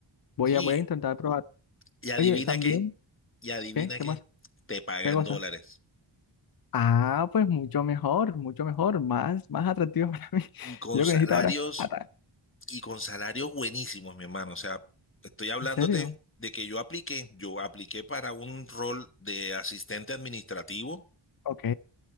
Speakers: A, on the left (about 45°); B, on the left (about 25°).
A: Voy
B: Sí,
A: a, voy a intentar probar.
B: y adivina
A: Oye, también,
B: qué, y adivina
A: ¿qué? ¿Qué
B: qué,
A: pasa?
B: te pagan
A: ¿Qué cosa?
B: dólares
A: Ah, pues mucho mejor, mucho mejor, más, más atractivo para mí. <laughs>
B: y con
A: Yo lo
B: salarios
A: que necesito ahora es plata.
B: y con salarios buenísimos, mi hermano. O sea, estoy hablándote
A: ¿En serio?
B: de que yo apliqué, yo apliqué para un rol de asistente administrativo
A: Ok,